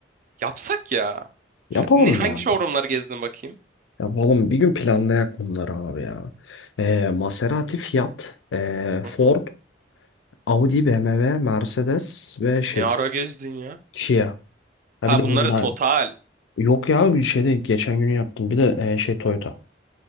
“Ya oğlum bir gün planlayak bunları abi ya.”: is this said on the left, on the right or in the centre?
Left